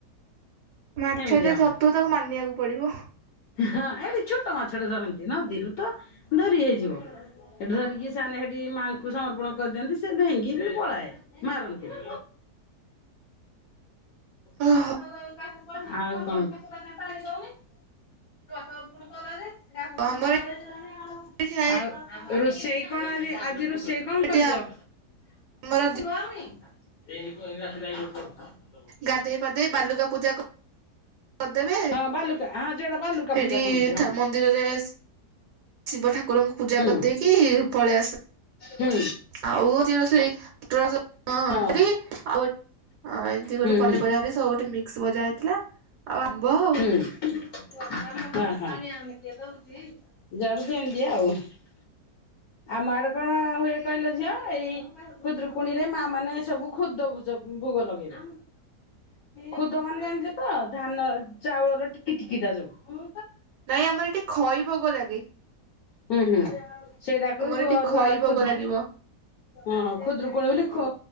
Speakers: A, on the right; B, on the left.
A: ମାଛ
B: ଏମିତି
A: ଯେ
B: ଆମର।
A: ଧରୁଥିବ ତାକୁ ମାନିବାକୁ ପଡ଼ିବ।
B: ହଁ ଏଡ଼େ ଛୋଟ ମାଛ ଟେ ଧରନ୍ତି ନଦୀରୁ ତ ଧରି ହେଇଯିବ। ସେଠୁ ଧରିକି ସେମାନେ ସେଠି ମାଆଙ୍କୁ ସମର୍ପଣ କରିଦିଅନ୍ତି ସେ ଡ଼େଇଁକି ବି ପଳାଏ। ମାରନ୍ତିନି। ଆଉ
A: ଓହୋ
B: କଣ? <inaudible>
A: ଆମର <unintelligible>
B: ରୋଷେଇ କଣ ଆଜି ଆଜି ରୋଷେଇ କଣ
A: ଏଠି
B: କରିଚ?
A: ଆମର ଦି
B: <inaudible>
A: ଗାଧେଇ ପାଧେଇ ବାଲୁକା ପୂଜା କରିଦେବେ
B: ହଁ ବାଲୁକା ହଁ ଯୋଟା ବାଲୁକା
A: ସେଠି
B: ପୂଜା କହନ୍ତି ହଁ।
A: ମନ୍ଦିରରେ ଶି ଶିବ ଠାକୁରଙ୍କୁ ପୂଜା
B: ହୁଁ
A: କରିଦେଇକି ପଳେଇ ଆସ
B: ହୁଁ
A: ଆଉ <unintelligible>
B: ହଁ
A: ଆଉ ହଁ ଏମତି ଗୋଟେ
B: ହୁଁ
A: ପନିପରିବା
B: ହୁଁ
A: ବି ସବୁଠି ମିକ୍ସ ଭଜା ହେଇଥିଲା ଆଉ ଆମ୍ବ ଆଉ।
B: <inaudible> ହଁ ହଁ ଯୁଆଡ଼େ ଯେମିତି ଆଉ। ଆମ ଆଡ଼େ କଣ ହୁଏ କହିଲ ଝିଅ ଏଇ ଖୁଦୁରୁକୁଣୀ ରେ ମା ମାନେ ସବୁ ଖୁଦ ଭୁଜ ଭୋଗ ଲଗେଇବେ ଖୁଦ ମାନେ ଜାଣିଛ ତ ଧାନ ଚାଉଳର ଟିକି ଟିକିଟା ଯୋଉ।
A: ନାଇଁ ଆମର ଏଠି ଖଇ ଭୋଗ ଲାଗେ।
B: ହୁଁ ହୁଁ ସେଇଟାକୁ
A: ଆମର ଏଠି
B: ଅରୁଆ
A: ଖଇ ଭୋଗ
B: ଖୁଦ
A: ଲାଗିବ
B: ହଁ ହଁ ଖୁଦୁରୁକୁଣୀ ବୋଲି ଖୁ